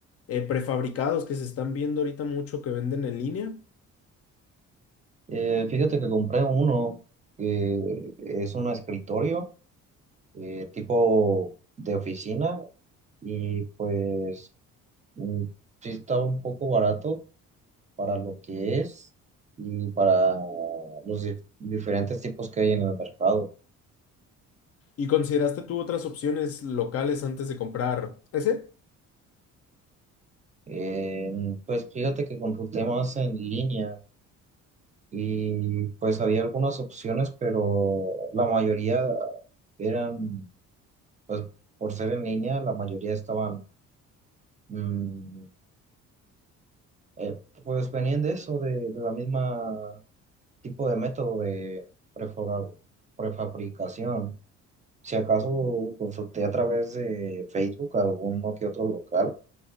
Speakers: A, on the left; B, on the right.
A: eh, prefabricados que se están viendo ahorita mucho que venden en línea?
B: Eh, fíjate que compré uno que es un escritorio eh, tipo de oficina y pues mm, sí estaba un poco barato para lo que es y para los dif- diferentes tipos que hay en el mercado.
A: ¿Y consideraste tú otras opciones locales antes de comprar ese?
B: Eh, pues fíjate que consulté más en línea y pues había algunas opciones, pero la mayoría eran pues por ser en línea, la mayoría estaban, mm, eh, pues venían de eso, de, de la misma tipo de método de prefora- prefabricación. Si acaso consulté a través de Facebook alguno que otro local,